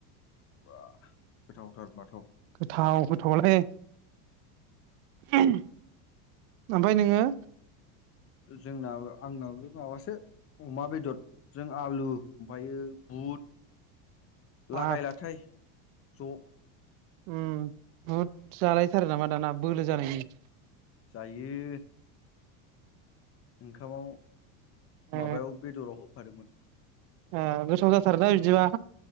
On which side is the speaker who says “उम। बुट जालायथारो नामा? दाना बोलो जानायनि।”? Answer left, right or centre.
Right